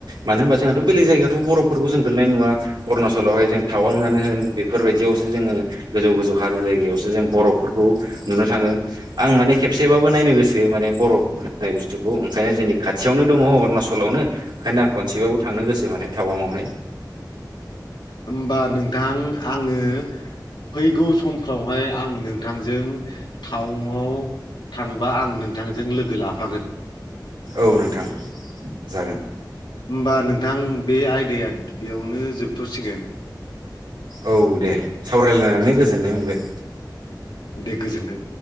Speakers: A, on the right (about 80°); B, on the left (about 75°).
A: मानो होनबा जोंहाथ' बेलेग जायगायावाथ' बरफफोरखौ जों गोलैनाय नुा अरुणनाचलावहाय जों थावां आनो होन बेफोरबायदियावसो जोङो गोजौ गोजौ हाजो जायगायावसो जों बरफफोरखौ नुनो थाङो। आं माने खेबसेबाबो नायनो गोसो माने बरफ होननाय बुस्थुखौ ओंखायनो जोंनि खाथियावनो दङ अरुणाचलावनो ओंखायनो आं खनसेबाबो थांनो गोसो माने टावांआवहाय
B: होमबा नोंथां आङो फैगौ समफ्रावहाय आं नों नोंथांजों टाउनआव थांबा आं नोंथांजों लोगो लाफागोन।
A: औ नोंथां जागोन।
B: होमबा नोंथां बे आयदाया बेयावनो जोबथ'सिगोन।
A: औ दे सावरायलायनानै गोजोननाय मोनबाय।
B: दे गोजोनदों